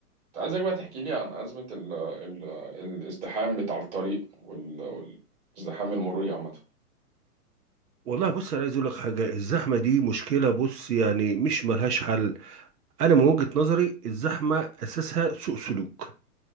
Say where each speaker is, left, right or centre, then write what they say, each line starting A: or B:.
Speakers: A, on the right; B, on the right.
A: كنت عايزك بقى تحكي لي عن أزمة ال ال الازدحام بتاع الطريق وال والازدحام المروري عامة
B: والله بص انا عايز اقول لك حاجه الزحمه دي مشكله بص يعني مش ملهاش حل انا من وجهه نظري الزحمه اساسها سوء سلوك